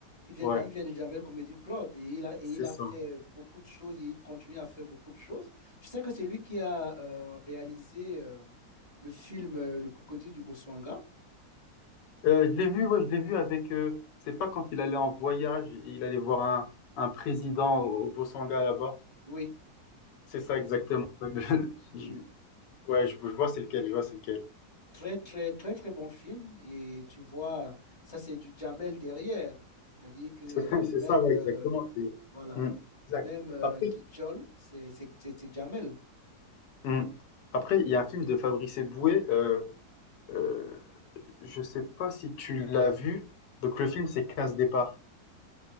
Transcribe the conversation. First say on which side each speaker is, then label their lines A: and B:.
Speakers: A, on the left; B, on the left.
A: Il vient
B: Ouais,
A: du, il vient du Jamel Comedy Club et il a, et
B: c'est
A: il a
B: ça.
A: fait beaucoup de choses et il continue à faire beaucoup de choses. Tu sais que c'est lui qui a euh, réalisé euh, le film euh, Le Crocodile du Botswana.
B: Euh, je l'ai vu, ouais, je l'ai vu avec, euh, c'est pas quand il allait en voyage, il allait voir un, un président au, au Bosanga là-bas.
A: Oui,
B: C'est ça,
A: oui,
B: exactement. <laughs> Je-
A: oui.
B: ouais, je, je vois c'est lequel, je vois c'est lequel.
A: Très, très, très, très bon film. Et tu vois, ça, c'est du Jamel derrière. C'est-à-dire que euh,
B: <laughs> C'est
A: même,
B: ça, ouais,
A: euh,
B: exactement. C'est
A: voilà,
B: Mm, exact.
A: même euh,
B: Après,
A: Guijol, c'est c'est- c'est- c'est Jamel.
B: mm. Après, il y a un film de Fabrice Eboué, euh, euh, je sais pas si tu l'as vu. Donc le film, c'est Quinze départs.